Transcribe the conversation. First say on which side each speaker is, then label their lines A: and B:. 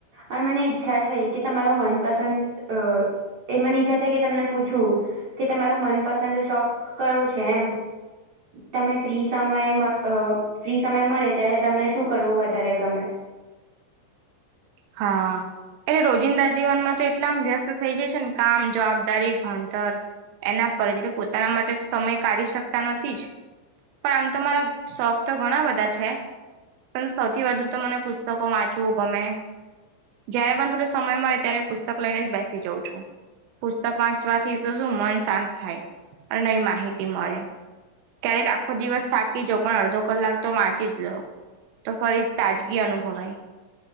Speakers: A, on the right; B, on the right.
A: અને મને ઈચ્છા થઈ કે તમારું મનપસંદ અ એ મને ઈચ્છા થઈ કે તમને પૂછું કે તમારો મનપસંદ શોખ કયો છે એમ? તમે ફ્રી સમ મય મ અ ફ્રી સમય મળે ત્યારે તમને શું કરવું વધારે ગમે?
B: હા એ રોજિંદા જીવનમાં તો એટલા આમ વ્યસ્ત થઈ જઈએ છે ને કામ જવાબદારી ભણતર એના પર જ એટલે પોતાના માટે સમય કાઢી શકતા નથી, જ પણ આમ તો મારા શોખ તો ઘણા બધા છે. પણ સૌથી વધુ તો મને પુસ્તકો વાંચવું ગમે. જયારે પણ થોડો સમય મળે, ત્યારે હું પુસ્તક લઈને જ બેસી જાઉં છું. પુસ્તક વાંચવાથી તો શું મન શાંત થાય અને નવી માહિતી મળે. ક્યારેક આખો દિવસ થાકી જાવ પણ અડધો કલાક તો વાંચી જ લો. તો ફરી તાજગી અનુભવાય.